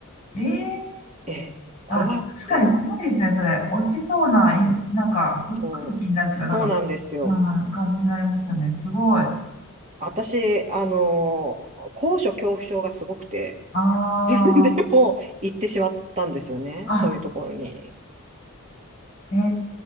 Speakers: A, on the left; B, on the right.
A: ええ
B: ええ、怖っていう。
A: あ、確かに怖いですね、それ。落ちそうな、い、
B: そう、
A: なんか、ふ空気になるというか、
B: そうそうなんですよ。
A: なんか、はい、感じになりますよね。すごい。
B: 私、あのー高所恐怖症がすごくて、
A: ああ
B: <laughs> でも、行ってしまったんですよね。
A: ー、あ、
B: そういうところに。
A: ええ